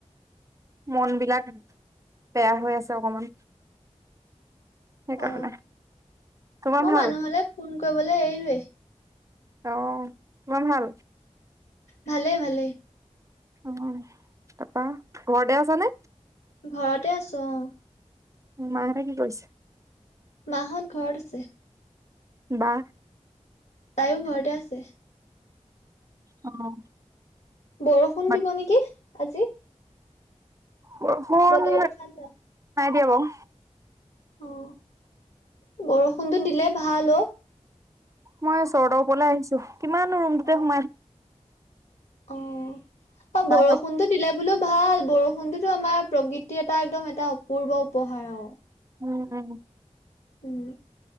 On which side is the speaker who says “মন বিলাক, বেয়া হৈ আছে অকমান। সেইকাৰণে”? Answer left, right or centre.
Right